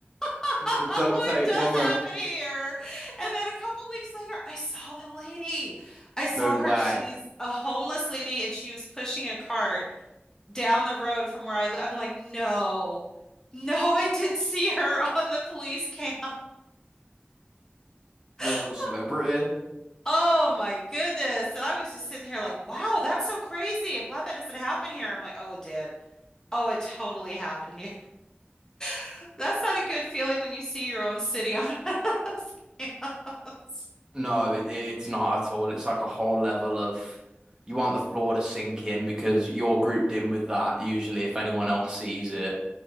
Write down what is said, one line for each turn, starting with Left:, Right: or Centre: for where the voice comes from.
Left: <laughs>
Right: The duct
Left: it
Right: tape
Left: does
Right: woman.
Left: happen here. And then a couple weeks later, I saw the lady. I saw
Right: No way.
Left: her. She's a homeless lady and she was pushing a cart down the road from where I live. I'm like, no, no, I didn't see her <laughs> on the police cam. <laughs>
Right: Local celebrity.
Left: Oh my goodness. And I was just sitting here like, wow, that's so crazy. I'm glad that doesn't happen here. I'm like, oh, it did. Oh, it totally happened here. <laughs> That's not a good feeling when you see your own city on <laughs> one of those cams.
Right: No, it, it's not at all. It's like a whole level of you want the floor to sink in because you're grouped in with that usually if anyone else sees it.